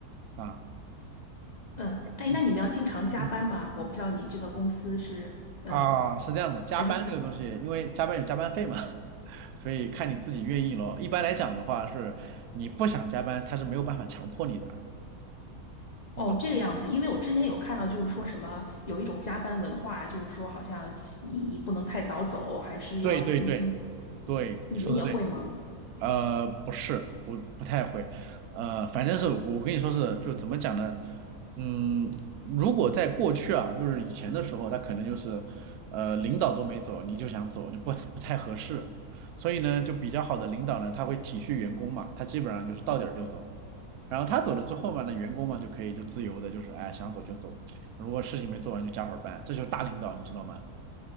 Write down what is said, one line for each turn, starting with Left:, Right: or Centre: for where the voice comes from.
Right: 啊。
Left: 嗯，哎，
Right: 你
Left: 那你们要经常加班吗？
Right: 嗯
Left: 我不知道你这个公司是，
Right: <clears throat>
Left: 嗯，
Right: 啊，是这样的，加班这个东西，
Left: 还是
Right: 因为加班有加班费嘛，<laughs> 所以看你自己愿意咯。一般来讲的话是，你不想加班，他是没有办法强迫你的，你懂吗？
Left: 哦这个样子，因为我之前有看到就是说什么有一种加班文化，就是说好像你不能太早走，还是要经经，
Right: 对对对
Left: 你你们也会吗？
Right: 对，你说的对。呃，不是，不不太会，呃，反正是我跟你说是，就怎么讲呢？嗯，如果在过去啊，就是以前的时候，他可能就是，呃，领导都没走，你就想走，那不不太合适。所以呢，就比较好的领导呢，他会体恤员工嘛，他基本上就是到点儿就走。然后他走了之后嘛，那员工嘛就可以就自由的，就是哎想走就走，如果事情没做完就加会儿班，这就是大领导，你知道吗？